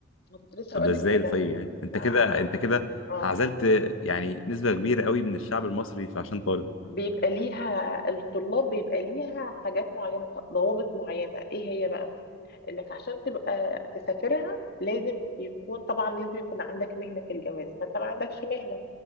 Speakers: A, on the left; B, on the left.
A: ما كنت لسه
B: طب
A: هقول
B: ده
A: لك
B: ازاي
A: كده
B: ده طيب يعني انت
A: ما
B: كده انت كده
A: اه
B: عزلت يعني نسبه كبيره قوي من الشعب المصري عشان طالب
A: بيبقى ليها الطلاب بيبقى ليها حاجات معينة ضوابط معينة ايه هي بقى انك عشان تبقى تسافرها لازم يكون طبعا لازم يكون عندك مهنة في الجواز فانت ما عندكش مهنة